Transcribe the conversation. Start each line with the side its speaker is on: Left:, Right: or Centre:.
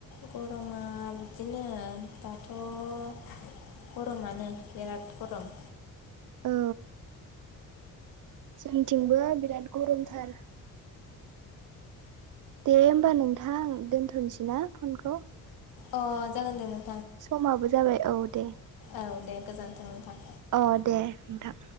Left: गरमा बिदिनो दाथ' गरमानो बिराद गरम
Right: औ जोंथिंबो बिराद गरमथार दे होमबा नोंथां दोन्थ'नोसै ना फनखौ
Left: अ जागोन दे नों
Right: समाबो जाबाय औ दे।
Left: औ दे गोजोन्थों नोंथां।
Right: अ दे नोंथां।